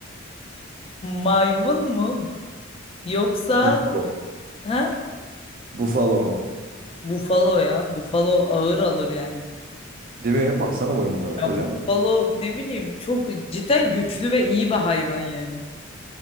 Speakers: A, on the left; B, on the right.
A: Maymun mu? Yoksa
B: Bufalo mu?
A: ha?
B: Bufalo mu?
A: Bufalo ya. Bufalo ağır alır yani.
B: Değil mi? Baksana boynuzlara
A: Ya
B: kocaman.
A: bufalo ne bileyim çok cidden güçlü ve iyi bir hayvan yani.